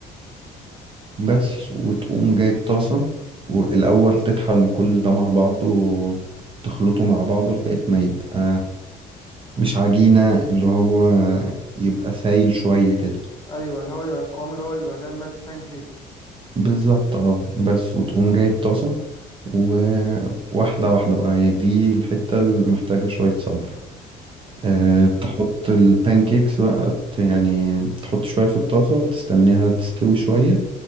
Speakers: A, on the right; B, on the left.
A: بس وتقوم جايب طاسة والأول تطحن كل ده مع بعضه وتخلطه مع بعضه لغاية ما يبقى مش عجينة اللي هو يبقى سايل شوية كده
B: ايوه اللي هو يبقى القوام اللي هو يبقى يتعمل بان كيك
A: بالظبط اه بس وتقوم جايب طاسة وواحدة واحدة بقى هي دي الحتة اللي محتاجة شوية صبر آه، تحط
B: مم.
A: البانكيكس بقى ت- يعني تحط شوية في الطاسة تستنيها تستوي شوية